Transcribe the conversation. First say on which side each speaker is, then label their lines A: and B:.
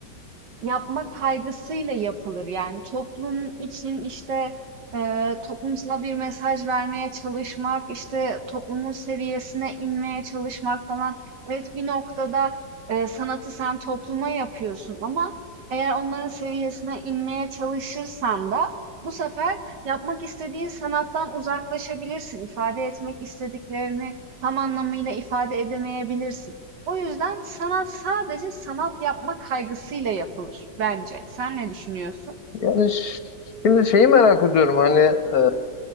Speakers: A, on the right; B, on the left.
A: Yapma kaygısıyla yapılır. Yani toplum için işte eee toplumsal bir mesaj vermeye çalışmak, işte toplumun seviyesine inmeye çalışmak falan. Evet bir noktada eee, sanatı sen topluma yapıyorsun ama eğer onların seviyesine inmeye çalışırsan da bu sefer yapmak istediğin sanattan uzaklaşabilirsin. İfade etmek istediklerini tam anlamıyla ifade edemeyebilirsin. O yüzden sanat sadece sanat yapma kaygısıyla yapılır bence. Sen ne düşünüyorsun?
B: Yani ş- şimdi şeyi merak ediyorum hani e,